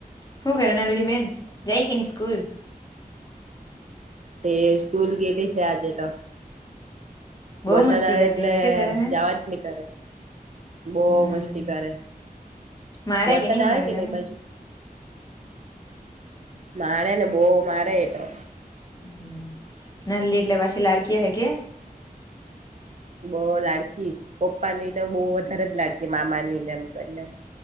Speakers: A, on the left (about 25°); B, on the right (about 50°).
A: શું કરે નાલીબેન જાય કે ની સ્કૂલ
B: તે સ્કૂલ ગેયેલી છે આજે તો,
A: બહુ
B: વરસાદ
A: મસ્તી
B: આવે
A: કરતી
B: એટલે
A: હે કે તારે હે
B: જવા જ ની કરે બોહ
A: હમ
B: મસ્તી કરે
A: મારે
B: વરસાદ આવે
A: મારે
B: કે
A: તને?
B: ની એ બાજુ મારે ને બોહ મારે એટો
A: હ નાલી એટલે પછી લાડકી હે કે,
B: બોહ લાડકી પપ્પા ની તો બોહ વધારે જ લાડકી મામાની ને એમ કરીને